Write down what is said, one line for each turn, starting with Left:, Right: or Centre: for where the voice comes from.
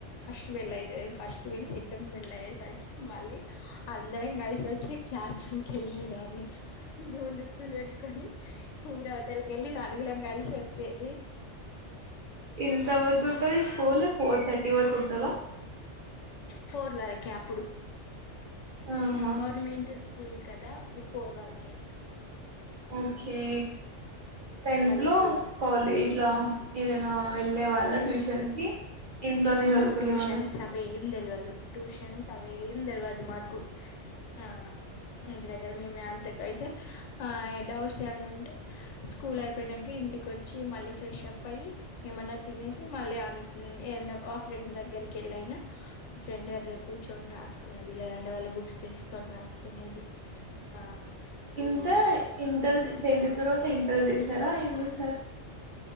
Left: ఫస్ట్ బెళ్ల్ళయితది ఫస్ట్ వెళ్లి సెకండ్ బెల్ అయ్యేసరికి మళ్ళీ అందరం కలిశొ చ్చి క్లాస్ రూమ్కు ఎళ్ళే దా డే ఇంటి ముంద స్కూల్ వెట్టుకొని ఊరవ్తలకెళ్ళి ల నలుగులం కలిశొచ్చేది
Right: ఎంత వర్కుంటది స్కూలు ఫోర్ థర్టీ త్రీ వరకు వుంటదా
Left: పోర్ వరకే అప్పుడు
Right: ఆహా
Left: గవర్నమెంట్ స్ స్కూల్ కదా అప్పుడు ఫోర్ వరకే
Right: ఓకే టెన్త్
Left: మళ్ళీ
Right: లో
Left: ఫోర్
Right: కొలే ఇట్ల హ ఎదైనా వెళ్ళే వాళ్ళ ట్యూషన్ కి ఇంట్లోనే చదువుకునే
Left: మకు టూషన్స్
Right: వాళ్ళ
Left: అవి ఏం తెల్వదు టూషన్స్ అవి ఏం తెల్వదు మాకు ఆ ఇంటి దగ్గ దీని మ అంత <unintelligible> కైతే ఆ ఇగ డౌట్స్ చని ఉంటే స్కూల్ అయిపొయినంక ఇంటికొచ్చి మళ్ళీ ఫ్రెష్ అప్ అయ్యి ఏమన్న తినేసి మళ్ళీ అ ఏదన్న ఆ ఫ్రెండ్ దగ్గరికెళ్ళైనా ఫ్రెండ్ దగ్గర కూర్చొని రాస్ కొనేదిల్య వాళ్ళ బుక్ తీసుకొని రాస్ కొనేది ఆ
Right: ఇంటర్
Left: ఊర్లో
Right: ఇంటర్ టెన్త్ తర్వాత ఇంటర్ చేసారా ఏమ్ చెసారు